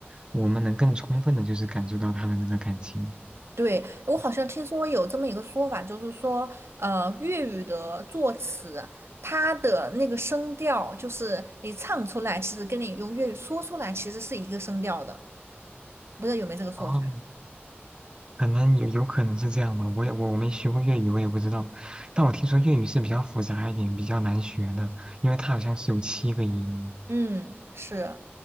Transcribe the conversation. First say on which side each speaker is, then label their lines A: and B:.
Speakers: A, on the right (about 20°); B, on the right (about 75°).
A: 我们能更充分的就是感受到他的那个感情。
B: 对，我好像听说有这么一个说法，就是说，呃，粤语的作词，它的那个声调，就是你唱出来，其实跟你用粤语说出来，其实是一个声调的。不知道有没有这个说法？
A: 哦，可能有有可能是这样吧，我也我我没学过粤语，我也不知道。但我听说粤语是比较复杂一点，比较难学的，因为它好像是有七个音。
B: 嗯，是。